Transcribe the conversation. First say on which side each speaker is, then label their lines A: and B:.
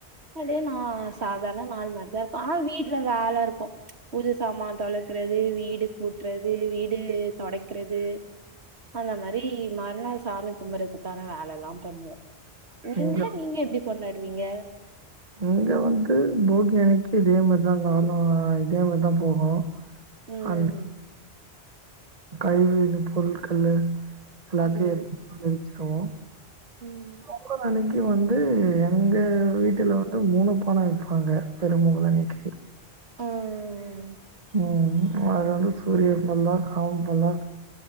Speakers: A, on the right (about 80°); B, on the right (about 40°).
A: வந்து நா சாதாரண நாள் மாரிதா இருக்கு. ஆனா வீட்ல வேல இருக்கு. பூஜ சாமான் தொலக்குறது, வீடு கூட்றது, வீடு தொடைக்கிறது, அந்த மாரி மறுநாள் சாமி கும்புறதுக்கான வேல எல்லா பண்ணுவோ. நீங்க,
B: இங்க
A: நீங்க எப்டி கொண்டாடுவீங்க
B: இங்க வந்து போகி அன்னைக்கி, இதே மாரிதா நானு, இதே மாரிதா போகு.
A: ம்
B: அந் கைவினை பொருட்கள்லு எல்லாத்தையு
A: ம்
B: எடுத்து கொண்டு போய் வச்சுகுவோ.
A: ம்
B: பொங்கல் அன்னைக்கி வந்து எங்க வீட்ல வந்து மூணு பான வெப்பாங்க பெரு பொங்கல் அன்னைக்கி
A: ம்
B: ம் அது வந்து சூரிய பல்லாக் ஆவு பல்லாக்